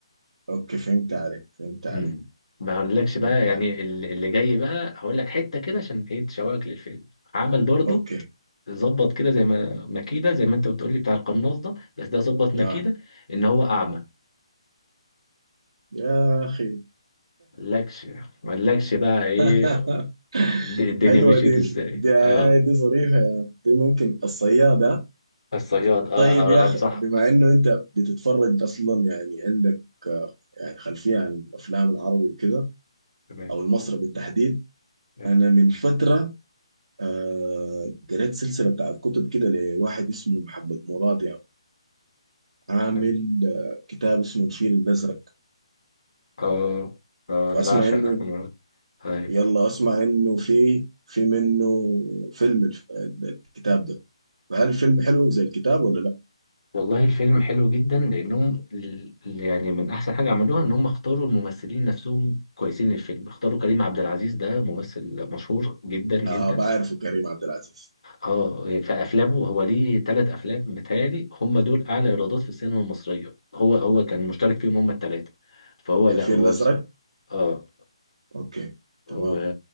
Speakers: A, on the right; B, on the left.
A: أوكي فهمت عليك فهمت عليك
B: امم ما اقولكش بقى
A: فهمت
B: يعني
A: عليك
B: ال- اللي جاي بقى هقول لك حته كده عشان ايه تشوقك للفيلم عمل برضو
A: أوكي
B: ظبط كده زي ما مكيده زي ما انت بتقولي بتاع القناص ده بس ده ظبط مكيده
A: آه
B: ان هو اعمى
A: يا أخي
B: ملكش ملكش بقى ايه
A: <laughs>
B: الد- الدنيا
A: حلوة
B: مشيت
A: دي
B: ازاي
A: دي
B: اه
A: دي ظريفة يا عم. دي ممكن الصيادة
B: الصياد اه
A: طيب
B: آه،
A: يا
B: انصحك
A: أخي بما إنه أنت بتتفرج أصلا يعني عندك آه، يعني خلفية عن الأفلام العربي وكده
B: تمام
A: أو المصري بالتحديد
B: ايوه
A: أنا من فترة آه قريت سلسلة بتاعت كتب كده لواحد اسمه محمد مراد يعني عامل
B: تمام
A: آه، كتاب اسمه الفيل الأزرق
B: اه اه انا
A: وأسمع
B: بعشق
A: إنه
B: احمد مراد ايوه
A: يلا أسمع إنه في في منه فيلم الف- ال- الكتاب ده فهل الفيلم حلو زي الكتاب ولا لا؟
B: والله الفيلم حلو جدا لانهم ال- يعني من احسن حاجه عملوها ان هم اختاروا الممثلين نفسهم كويسين للفيلم اختاروا كريم عبد العزيز ده ممثل مشهور جدا جدا
A: آه بعرفه كريم عبد العزيز
B: اه في افلامه هو ليه ثلاث افلام بتهيألي هم دول اعلى ايرادات في السينما المصريه هو هو كان مشترك فيهم هم الثلاثه فهو لا
A: الفيل
B: هو
A: الأزرق
B: بصراحه اه
A: أوكي
B: و...
A: تمام